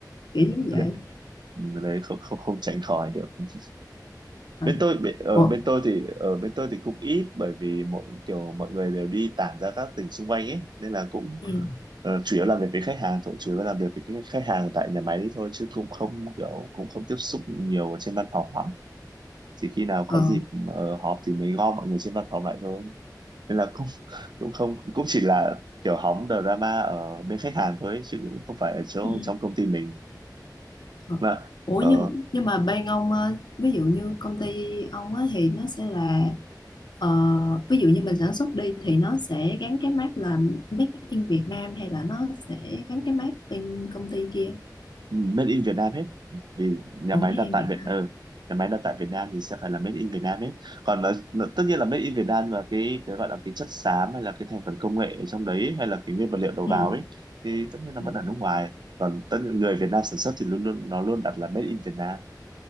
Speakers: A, on the left; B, on the right.
A: kiểu giống
B: đấy,
A: vậy
B: đấy không, không không tránh khỏi được <laughs>
A: ừ.
B: bên tôi bên, ở
A: Ủa?
B: bên tôi thì ở bên tôi thì cũng ít bởi vì mọi kiểu mọi người đều đi tản ra các tỉnh xung quanh ấy nên là cũng
A: ừ.
B: ờ, chủ yếu làm việc với khách hàng thôi chủ yếu làm việc với cái khách hàng tại nhà máy đấy thôi chứ cũng không kiểu cũng không tiếp xúc nhiều ở trên văn phòng lắm chỉ khi nào có
A: Ờ.
B: dịp ờ, họp thì mới gom mọi người trên văn phòng lại thôi nên là cũng <laughs> cũng không cũng chỉ là kiểu hóng drama ở bên khách hàng thôi ấy, chứ cũng không phải ở chỗ
A: Ừ.
B: trong công ty mình
A: Ờ.
B: là
A: Ủa
B: ở
A: nhưng nhưng mà bên ông ờ, ví dụ như công ty ông á thì nó sẽ là Ờ, ví dụ như mình sản xuất đi thì nó sẽ gắn cái mác là Made in Việt Nam hay là nó sẽ gắn cái mác bên công ty kia
B: made in Việt Nam hết vì nhà
A: của
B: máy
A: Made
B: đặt
A: in
B: tại
A: Việt
B: Việt
A: Nam
B: ờ, nhà máy đặt tại Việt Nam thì sẽ phải là made in Việt Nam hết còn là, là- tất nhiên là made in Việt Nam và cái cái gọi là cái chất xám hay là cái thành phần công nghệ ở trong đấy hay là cái nguyên vật liệu đầu
A: ừ.
B: vào ấy thì tất nhiên là
A: ừ.
B: vẫn ở nước ngoài còn tất nhiên người Việt Nam sản xuất thì luôn luôn nó luôn đặt là made in Việt Nam